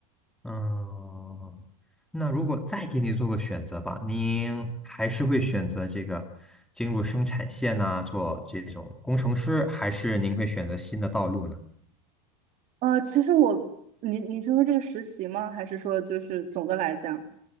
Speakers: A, in the centre; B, on the right (about 40°).
A: 嗯，那如果再给你做个选择吧，您还是会选择这个进入生产线呐、做这种工程师，还是您会选择新的道路呢？
B: 呃，其实我，你你是说这个实习吗？还是说就是总的来讲